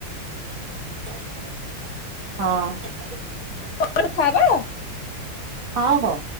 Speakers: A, on the right (about 55°); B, on the left (about 55°).
A: ହଁ।
B: କଥା ହବା ଆଉ।
A: ହଁ ହଉ।